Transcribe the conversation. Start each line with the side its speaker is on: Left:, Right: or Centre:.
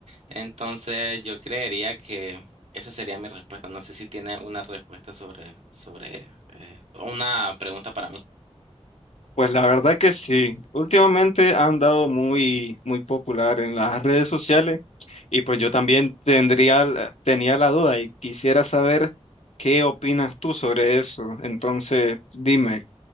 Right: Entonces yo creería que esa sería mi respuesta. No sé si tiene una respuesta sobre, sobre eh, una pregunta para mí.
Left: Pues la verdad que sí, últimamente han dado muy, muy popular en las redes sociales Y pues yo también tendría, la- tenía la duda y quisiera saber qué opinas tú sobre eso. Entonces, dime,